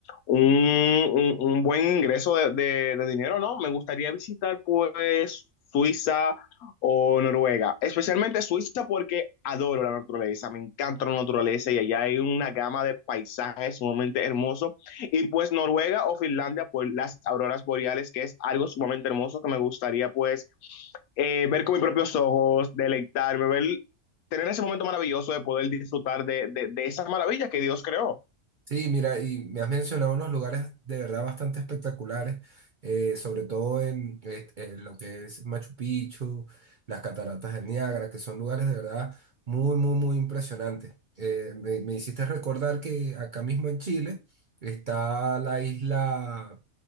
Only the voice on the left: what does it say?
un, un, un, buen ingreso de, de de dinero, ¿no? Me gustaría visitar pues Suiza, o Noruega, especialmente Suiza porque adoro la naturaleza, me encanta la naturaleza y allá hay una gama de paisajes sumamente hermosos y pues Noruega o Finlandia por las auroras boreales que es algo sumamente hermoso que me gustaría pues eh, ver con mis propios ojos, deleitarme, ver, tener ese momento maravilloso de poder disfrutar de, de, de esa maravilla que Dios creó.